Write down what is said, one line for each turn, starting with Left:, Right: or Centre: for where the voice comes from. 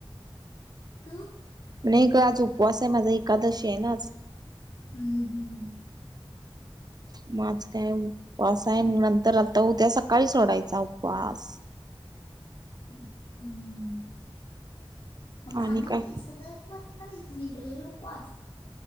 Left: तु?
Right: नाही ग आज उपवास आहे माझा एकादशी आहे न आज
Left: हम्म हम्.
Right: म आज काय उपवास आहे मग नंतर आता उद्या सकाळी सोडायचा उपवास.
Left: हम् मग खाणा
Right: आणि काय
Left: नाहि सगळ सणारच म त्या लोक वास. <unintelligible>